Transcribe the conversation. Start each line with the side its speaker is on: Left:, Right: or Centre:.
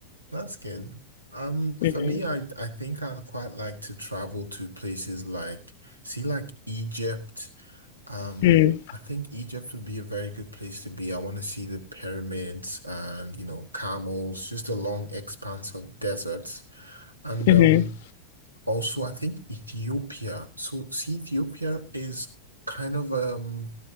Right: That's good. Um, for
Left: <laughs>
Right: me, I I think I'd quite like to travel to places like, see, like Egypt. Um,
Left: hmm
Right: I think Egypt would be a very good place to be. I want to see the pyramids and you know camels, just a long expanse of deserts. And
Left: hmm
Right: um, Also, I think Ethiopia. So, see, Ethiopia is kind of um,